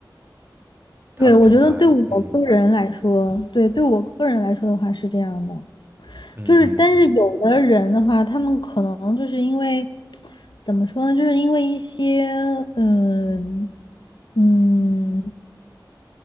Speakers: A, on the right (about 30°); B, on the left (about 70°).
A: 它的品牌，
B: 对，我觉得对我个人来说，
A: 嗯
B: 对，对我个人来说的话是这样的，
A: 嗯，
B: 就是但是有的人的话，他们可能就是因为怎么说呢，就是因为一些嗯嗯